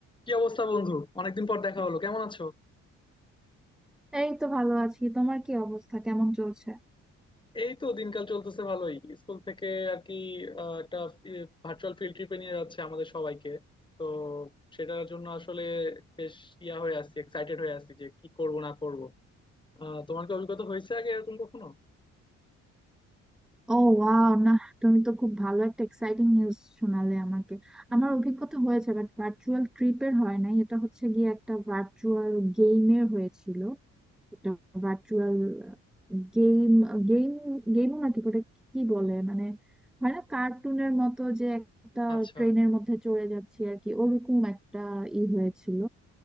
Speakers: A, on the left; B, in the centre.
A: কি অবস্থা বন্ধু অনেকদিন পর দেখা হলো কেমন আছো
B: এই তো ভালো আছি তোমার কি অবস্থা কেমন চলছে
A: এই তো দিনকাল চলতেছে ভালোই স্কুল থেকে আর কি আহ, একটা ভার্চুয়াল ফিল্ড ট্রিপে নিয়ে যাচ্ছে আমাদের সবাইকে তো সেটার জন্য আসলে বেশ ইয়া হয়ে আছি এক্সাইটেড হয়ে আছি যে কি করব না করব আহ, তোমার কি অভিজ্ঞতা হয়েছে আগে এরকম কখনো
B: ও ওয়াও না তুমি তো খুব ভালো একটা এক্সাইটিং নিউজ শোনালে আমাকে আমার অভিজ্ঞতা হয়েছে বাট ভার্চুয়াল ট্রিপের হয় নাই এটা হচ্ছে গিয়ে একটা ভার্চুয়াল গেমের হয়েছিল একটা ভার্চুয়াল গেম গেম গেমও না ঠিক ওটা কি বলে মানে হয় না কার্টুনের মতো যে একটা
A: আচ্ছা
B: ট্রেনের মধ্যে চড়ে যাচ্ছি আর কি ওরকম একটা ই হয়েছিল